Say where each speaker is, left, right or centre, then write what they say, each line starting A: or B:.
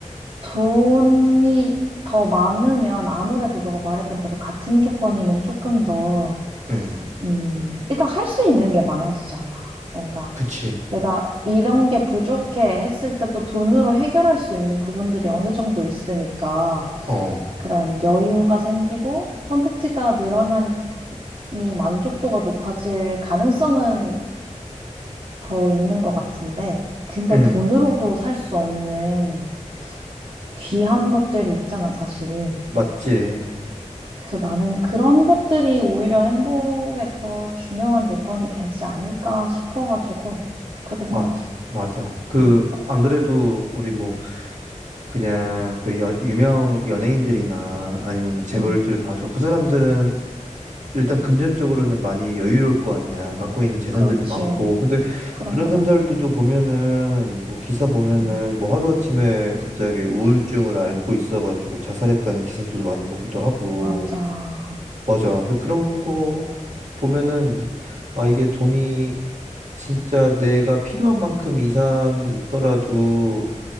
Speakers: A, on the right; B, on the right.
A: 돈이 더 많으면 아무래도 너가 말했던 대로 같은 조건이면 조금 더,
B: 응.
A: 음, 일단 할 수 있는 게 많아지잖아. 뭔가
B: 그치.
A: 내가 이런 게 부족해 했을 때도 돈으로 해결할 수 있는 부분들이 어느 정도 있으니까
B: 어,
A: 그런 여유가 생기고 선택지가 늘어나니 만족도가 높아질 가능성은 더 있는 것 같은데, 근데
B: 응.
A: 돈으로도 살 수 없는 귀한 것들이 있잖아, 사실.
B: 맞지.
A: 그래서 나는 그런 것들이 오히려 행복에 더 중요한 요건이 되지 않을까 싶어가지고, 그렇게 생각해.
B: 맞아. 맞아. 그,
A: 응,
B: 안 그래도 우리 뭐, 그냥 그 여- 유명 연예인들이나 아니면 재벌들
A: 응,
B: 봐도 그 사람들은 일단 금전적으로는 많이 여유로울 거 아니야. 갖고 있는 재산들도
A: 그렇지.
B: 많고. 근데
A: 그럼,
B: 그런
A: 그럼.
B: 사람들도 보면은 뭐 기사 보면은
A: 응,
B: 뭐 하루아침에 갑자기 우울증을 앓고 있어가지고 자살했다는 기사들도 많이 보기도 하고.
A: 맞아.
B: 맞아. 근데 그런 거 보면은 아 이게 돈이 진짜 내가 필요한 만큼 이상 있더라도